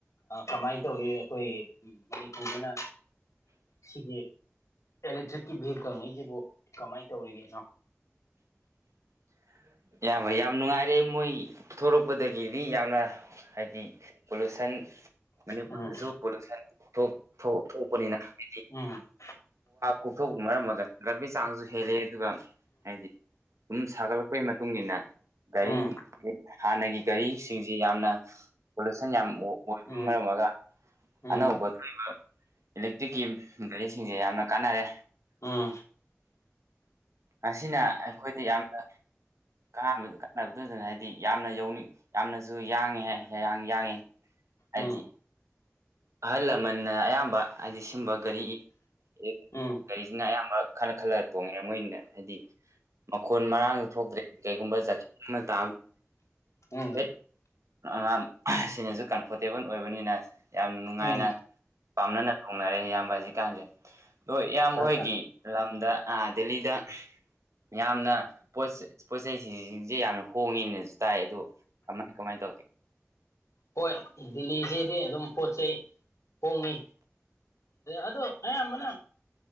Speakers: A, on the left (about 80°); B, on the right (about 80°).
A: ꯀꯃꯥꯏꯅ ꯇꯧꯔꯤ ꯑꯩꯈꯣꯏ ꯐꯗꯅ ꯁꯤꯒꯤ ꯑꯦꯂꯦꯛꯇ꯭ꯔꯤꯛꯀꯤ ꯚꯦꯍꯤꯀꯜꯉꯩꯁꯤꯕꯨ ꯀꯃꯥꯏꯅ ꯇꯧꯔꯤꯒꯦꯅꯣ
B: <unintelligible> ꯌꯥꯝꯌꯥꯝꯕ ꯌꯥꯝ ꯅꯨꯡꯉꯥꯏꯔꯦ ꯃꯣꯏ ꯄꯨꯊꯣꯔꯛꯄꯗꯒꯤꯗꯤ ꯌꯥꯝꯅ ꯍꯥꯏꯗꯤ ꯔꯨꯁꯟ ꯂ
A: ꯎꯝ
B: ꯊꯣꯛꯄꯅꯤꯅ ꯍꯥꯏ
A: ꯎꯝ
B: ꯀꯣꯛꯊꯣꯛꯄ ꯃꯔꯝ ꯑꯣꯏꯒ ꯒꯥꯕꯤ ꯆꯥꯡꯁꯨ ꯍꯦꯜꯂꯦ ꯑꯗꯨꯒ ꯍꯥꯏꯗꯤ ꯑꯗꯨꯝ ꯁꯥꯒꯠꯂꯛ ꯃꯇꯨꯡ ꯏ ꯃꯇꯨꯡꯏꯟꯅ ꯒꯥꯔꯤ
A: ꯎꯝ
B: ꯍꯥꯟꯅꯒꯤ ꯒꯥꯔꯤꯁꯤꯡꯁꯤ ꯌꯥꯝꯅ ꯄꯣꯂꯨꯁꯟ ꯌꯥꯝ ꯑꯣꯏꯕ
A: ꯎꯝ
B: ꯃꯔꯝꯒ
A: ꯎꯝ
B: ꯑꯅꯧꯕ ꯊꯣꯛꯣꯏꯕ ꯏꯂꯦꯛꯇ꯭ꯔꯤꯛꯀꯤ ꯒꯥꯔꯤꯁꯤꯡꯁꯦ ꯌꯥꯝꯅ ꯀꯥꯟꯅꯔꯦ
A: ꯎꯝ ꯎꯝ
B: ꯑꯁꯤꯅ ꯑꯩꯈꯣꯏꯗ ꯌꯥꯝꯅ ꯥꯟꯕ ꯀꯥꯟꯅꯕꯗꯨꯗꯅ ꯍꯥꯏꯗꯤ ꯌꯥꯝꯅ ꯌꯧꯅꯤꯡ ꯌꯥꯝꯅꯁꯨ ꯌꯥꯡꯉꯦ ꯍꯥꯏ ꯍꯌꯥꯡ ꯌꯥꯡꯉꯤ ꯍꯥꯏꯖꯤ
A: ꯎꯝ
B: ꯑꯍꯜ ꯂꯃꯟꯅ ꯑꯌꯥꯝꯕ ꯍꯥꯏꯗꯤ ꯁꯤꯨꯝꯕ ꯒꯥꯔꯤ ꯑꯦ
A: ꯎꯝ
B: ꯒꯥꯔꯤꯁꯤꯅ ꯑꯌꯥꯝꯕ ꯈꯜꯂ ꯈꯜꯂ ꯇꯣꯡꯉꯦ ꯃꯣꯏꯅ ꯍꯥꯏꯗꯤ ꯃꯈꯣꯟ ꯃꯔꯥꯡ ꯊꯣꯛꯇ꯭ꯔꯦ ꯀꯩꯒꯨꯝꯕ ꯖ ꯑꯃ ꯇ
A: ꯎꯝ ꯎꯝ
B: ꯍꯠ ꯑꯉꯥꯡ ꯁꯤꯅꯁꯨ ꯀꯝꯐꯣꯔꯇꯦꯕꯜ ꯑꯣꯏꯕꯅꯤꯅ ꯌꯥꯝ ꯅꯨꯡꯉꯥꯏꯅ
A: ꯎꯝ
B: ꯄꯥꯝꯅꯅ ꯊꯣꯡꯅꯔꯦ ꯏꯌꯥꯝꯕ ꯍꯧꯖꯤꯛꯀꯥꯟꯁꯦ ꯍꯣꯏ ꯏꯌꯥꯝ
A: ꯑꯆꯥ
B: ꯍꯣꯏꯒꯤ
A: ꯑꯆꯥ
B: ꯂꯝꯗ ꯗꯦꯜꯂꯤꯗ ꯌꯥꯝꯅ ꯄꯣ ꯄꯣꯠ ꯆꯩꯁꯤꯡꯁꯤꯡꯁꯦ ꯌꯥꯝꯅ ꯍꯣꯡꯉꯦꯅꯁꯨ ꯇꯥꯏ ꯑꯗꯨꯣ ꯀꯃꯥꯏ ꯀꯃꯥꯏ ꯇꯧꯦ
A: ꯍꯣꯏ ꯗꯦꯜꯂꯤꯁꯤꯗꯤ ꯑꯗꯨꯝ ꯄꯣꯠ ꯆꯩ ꯍꯣꯡꯉꯤ ꯑꯗꯣ ꯑꯌꯥꯝꯕꯅ